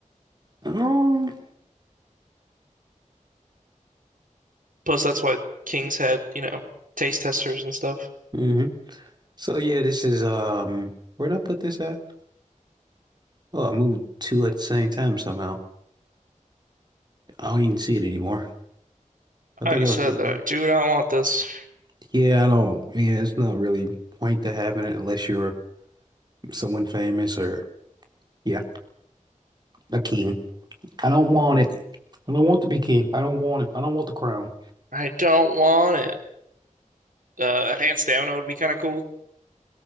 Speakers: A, on the right; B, on the right.
A: Um,
B: Plus, that's why kings had, you know, taste testers and stuff.
A: hmm So yeah, this is, um, where'd I put this at? Oh, I moved two at the same time somehow. I don't even see it anymore. I
B: I
A: think
B: just
A: it was,
B: said
A: uh,
B: that I do not want this.
A: yeah, I don't, yeah, it's not really point to having it unless you're someone famous or, yeah, a king. I don't want it. I don't want to be king. I don't want it. I don't want the crown.
B: I don't want it. Uh, enhanced stamina would be kind of cool.